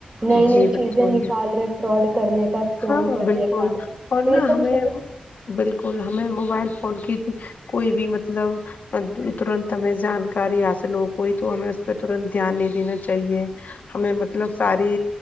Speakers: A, on the right; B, on the left.
A: نئی نئی
B: جی
A: چیزیں
B: بالکل
A: نکال رہے فراڈ کرنے کا اسکم
B: ہاں
A: کرنے
B: بالکل
A: کا
B: اور
A: تو
B: نا
A: یہ سب
B: ہمیں
A: چیزیں
B: بالکل ہمیں موبائل فون کی کوئی بھی مطلب ترنت ہمیں جانکاری حاصل ہو کوئی تو ہمیں اس پہ ترنت دھیان نہیں دینا چاہیے ہمیں مطلب ساری